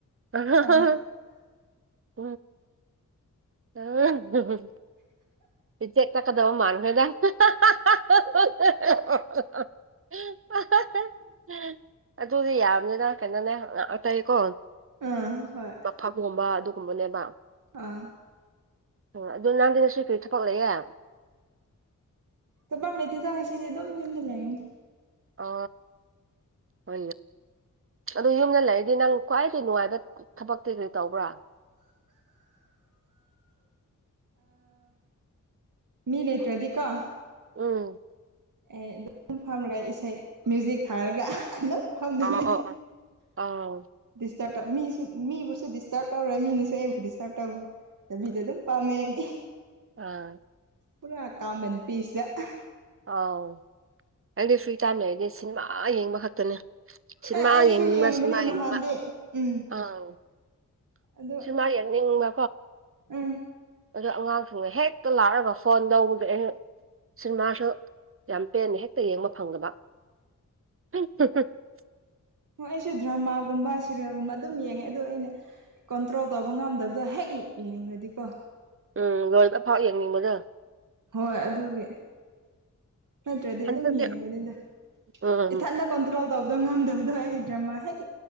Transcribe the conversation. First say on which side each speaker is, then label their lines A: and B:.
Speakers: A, on the right; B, on the right.
A: <unintelligible>
B: ꯍꯣꯏ
A: ꯑ ꯆꯦ ꯀ ꯀꯗ ꯃꯥꯟꯍꯣꯏꯗ <unintelligible> ꯑꯗꯨꯗꯤ ꯌꯥꯝꯅꯤꯅ ꯀꯩꯅꯣꯅꯦ ꯑꯇꯩꯀꯣ
B: ꯑꯥ ꯍꯣꯏ
A: ꯃꯐꯛꯒꯨꯝꯕ ꯑꯗꯨꯒꯨꯝꯕꯅꯦꯕ
B: ꯑꯥ
A: ꯑꯣ ꯑꯗꯨ ꯅꯍꯪꯗꯤ ꯉꯁꯨ ꯀꯔꯤ ꯊꯄꯛ ꯂꯩꯌꯦꯦ
B: ꯪꯂꯥꯏꯗꯤ ꯊꯪꯉꯁꯤꯗꯤ ꯑꯗꯨꯝ ꯍ ꯂꯩꯅꯤ
A: ꯑ ꯍ ꯑꯗꯨ ꯌꯨꯝꯗ ꯂꯩꯔꯗꯤ ꯅꯪ ꯈ꯭ꯋꯥꯏꯗꯒꯤ ꯅꯨꯡꯉꯥꯏꯕ ꯊꯕꯛꯇꯩ ꯀꯔꯤ ꯇꯧꯕ꯭ꯔꯥ <unintelligible>
B: ꯃꯤꯟꯩꯇꯦꯙꯀꯥ
A: ꯎꯝ
B: ꯑꯦ ꯑꯗꯨꯝ ꯐꯝꯔꯒ ꯏꯁꯩ ꯃ꯭ꯌꯨꯖꯤꯛ ꯊꯥꯔꯒ ꯑꯗꯨꯝ ꯐꯝꯗꯣꯏꯅꯤ
A: ꯑ ꯑꯣ ꯑꯥ <inaudible>
B: ꯁ ꯃꯤꯕꯨꯁꯨ ꯗꯤꯁꯇꯔꯕ ꯇꯧꯔꯣꯏ ꯃꯤꯅꯁꯨ ꯑꯩꯕꯨ ꯗꯤꯁꯇꯔꯕ ꯇꯧꯔꯦ ꯂꯝꯕꯤꯗ ꯑꯗꯨꯝ ꯄꯥꯝꯃꯦ ꯑꯩꯗꯤ
A: ꯑꯥ
B: ꯄꯨꯔꯥ ꯀꯥꯃꯟ ꯄꯤꯁꯇ
A: ꯑꯧ ꯑꯩꯗꯤ ꯐ꯭ꯔꯤ ꯇꯥꯏꯝ ꯂꯩꯔꯗꯤ ꯁꯤꯅꯦꯃꯥ ꯌꯦꯡꯕ ꯈꯛꯇꯅꯦ ꯁꯤꯅꯦꯃꯥ
B: ꯑꯦ ꯑꯩꯁꯨ
A: ꯌꯦꯡꯅꯤꯡꯕ
B: ꯌꯦꯡꯕꯅꯦ
A: ꯁꯤꯅꯦꯃꯥ
B: ꯅꯍꯥꯟꯗꯤ
A: ꯌꯦꯡꯅꯤꯡꯕ
B: ꯎꯝ
A: ꯑꯥꯎ
B: ꯑꯗꯨ
A: ꯁꯨꯃ ꯌꯦꯡꯅꯤꯡꯕ
B: ꯎꯝ
A: ꯑꯗꯨ ꯑꯉꯥꯡꯁꯤꯡꯗꯣ ꯍꯦꯛꯇ ꯂꯥꯛꯑꯒ ꯐꯣꯟ ꯇꯧꯕꯗ ꯑꯩꯅ ꯁꯤꯅꯦꯃꯥꯁꯨ ꯌꯥꯝ ꯄꯦꯟꯅ ꯍꯦꯛꯇ ꯌꯦꯡꯕ ꯐꯪꯗꯕ ꯑ ꯇꯠ <unintelligible> <inaudible>
B: ꯍ ꯑꯦꯁꯣ ꯗ꯭ꯔꯃꯥꯒꯨꯝꯕ ꯐꯤꯔꯣꯒꯨꯝꯕ ꯑꯗꯨꯝ ꯌꯦꯡꯉꯦ ꯑꯗ ꯑꯩꯅ ꯀꯟꯇ꯭ꯔꯣꯜ ꯇꯧꯕ ꯉꯝꯗꯕꯗꯣ ꯍꯦꯛ ꯌꯦꯡꯈ꯭ꯔꯗꯤꯀꯣ
A: ꯎꯝ ꯣꯏꯜꯗ ꯑꯐꯥꯎ ꯌꯦꯡꯅꯤꯡꯕꯗ
B: ꯍꯣꯏ ꯑꯗꯨꯒꯤ ꯅꯠꯇ꯭ꯔꯗꯤ
A: ꯍꯟꯗꯛꯇꯤ
B: ꯑꯗꯨꯝ ꯌꯦꯡꯕꯅꯤꯗ
A: ꯎꯝ
B: ꯏꯊꯟꯗ ꯀꯣꯟꯇ꯭ꯔꯣꯜ ꯇꯧꯕꯗꯣ ꯉꯝꯗꯕꯗꯣ ꯑꯩ ꯗ꯭ꯔꯃꯥ ꯍꯦꯛ